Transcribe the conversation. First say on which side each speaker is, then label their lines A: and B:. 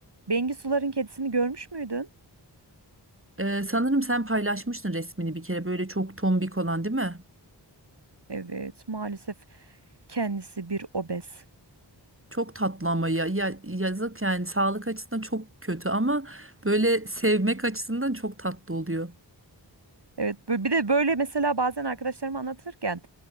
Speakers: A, on the right; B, on the right.
A: Bengisuların kedisini görmüş müydün?
B: Ee, sanırım sen paylaşmıştın resmini bir kere böyle çok tombik olan değil mi?
A: Evet, maalesef kendisi bir obez.
B: Çok tatlı ama ya, ya yazık yani sağlık açısından çok kötü ama böyle sevmek açısından çok tatlı oluyor.
A: Evet, bö- bir de böyle mesela bazen arkadaşlarıma anlatırken